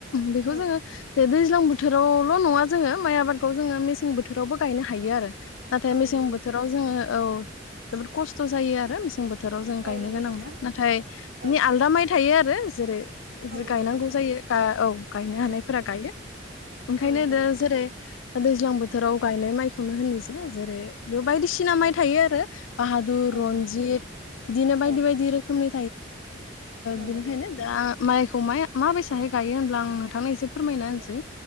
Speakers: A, on the left; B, on the right.
A: बेखौ
B: औ
A: जोङो जेरै दै दैज्लां बोथोरावल' नङा जोङो माइ आबादखौ जोङो मेसें बोथोरावबो गायनो हायो आरो। नाथाय
B: औ
A: मेसें
B: नंगौ
A: बोथोराव
B: नोंथां
A: जोङो औ जोबोद खस्थ' जायो आरो मेसें बोथोराव बोथोराव जों
B: औ
A: गायनो
B: नंगौ
A: गोनांबा
B: नोंथां
A: नाथाय बिनि
B: औ
A: आलदा माइ थायो आरो जेरै
B: औ नंगौ
A: गायनांगौ
B: नोंथां
A: जायो औ गायनो हानायफोरा
B: औ
A: गायो। ओंखायनो
B: औ नंगौ
A: द
B: नोंथां
A: जेरै दैज्लां बोथोराव गायनाय माइखौ संनो होननायस
B: औ
A: जेरै बेयाव बायदिसिना माइ थायो आरो बाहादुर
B: औ
A: रनजित
B: नंगौ नोंथां
A: बिदिनो बायदि
B: औ
A: बायदि रोखोमनि
B: औ
A: बेनिखायनो
B: नंगौ नोंथां
A: दा माइखौ माइ माबोरैहाय गायो होनब्ला आं नोंथांनि एसे फोरमायना
B: औ
A: होनसै